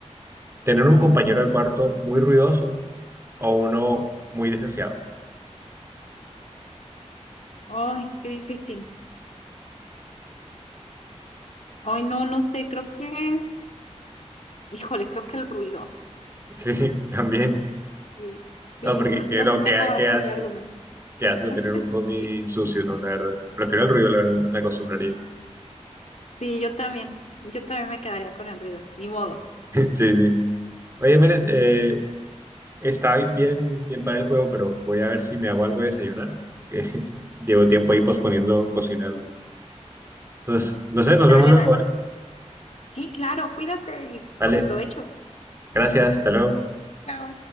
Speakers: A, on the right; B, on the left.
A: ¿Tener un compañero de cuarto muy ruidoso o uno muy desaseado.
B: Ay, qué difícil. Ay, no, no sé, creo que, híjole, creo que el ruido.
A: <laughs> Sí, también.
B: Sí, sí,
A: No, porque
B: no,
A: que,
B: no
A: no, qué,
B: tengo así
A: qué asco.
B: argumentos.
A: Qué asco
B: <laughs>
A: tener un roomie
B: Sí,
A: sucio, ¿no? La verdad. Prefiero el ruido, la verdad. Me acostumbraría.
B: sí, yo también, yo también me quedaría con el ruido, ni modo.
A: <laughs> Sí, sí. Oye, miren, eh, está bien, bien para el juego, pero voy a ver si me hago algo de desayunar. Que <laughs> llevo tiempo ahí posponiendo cocinarlo. Entonces, no sé,
B: Dale,
A: nos vemos luego,
B: dale.
A: ¿vale?
B: Sí, claro, cuídate y
A: Vale,
B: pues provecho.
A: gracias, hasta luego.
B: Chao.